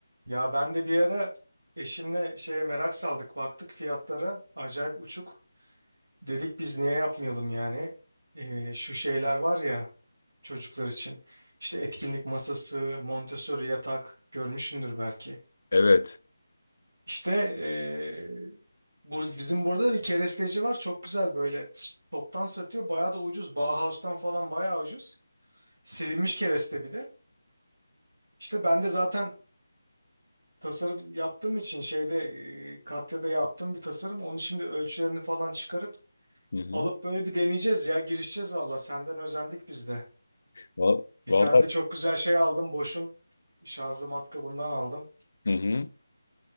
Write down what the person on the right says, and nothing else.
Ya ben de bir ara eşimle şeye merak saldık. Baktık fiyatlara acayip uçuk. Dedik biz niye yapmayalım yani. Ee, şu şeyler var ya çocuklar için. İşte etkinlik masası, Montessori yatak görmüşsündür belki.
İşte ee, bu, bizim burada bir keresteci var. Çok güzel böyle toptan satıyor. Bayağı da ucuz. Bauhaus'tan falan bayağı ucuz. Silinmiş kereste bir de. İşte ben de zaten tasarım yaptığım için şeyde e, Katya'da yaptığım bir tasarım. Onu şimdi ölçülerini falan çıkarıp
alıp böyle bir deneyeceğiz ya. Girişeceğiz valla. Senden özendik biz de.
Bir
tane de çok güzel şey aldım. Boş'un şarjlı matkabından aldım.